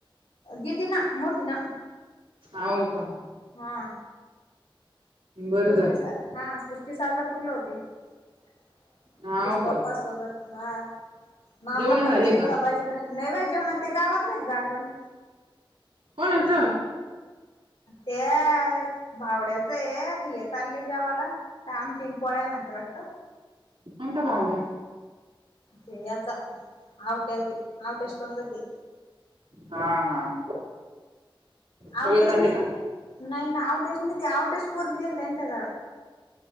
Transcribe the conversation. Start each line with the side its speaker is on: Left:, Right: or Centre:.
Left: ददी ना मोठी ना.
Right: ह का.
Left: हा.
Right: बरं
Left: सृष्टी
Right: झालं
Left: हा सृष्टी साजापूरला होती ती
Right: हाव
Left: स्टॉपोबत.
Right: का
Left: हा मग आपला
Right: जेवण झाले
Left: खर्च निघला पाहिजे का नाही बा जेवणा ते गावात नाही जागरण.
Right: कोणाच.
Left: ते भावड्याच आहे हे चालले जेवा्हाला. काय आमटीन पोळाय म्हणते वाटत.
Right: कोणता पावड्या
Left: क याचा आवट्याची आवट्याची पंगती
Right: हा हा हा सगळे
Left: आउटस
Right: चालले
Left: नाही
Right: का
Left: ना आउट एस आउट फोर घल त्यांच्या घरात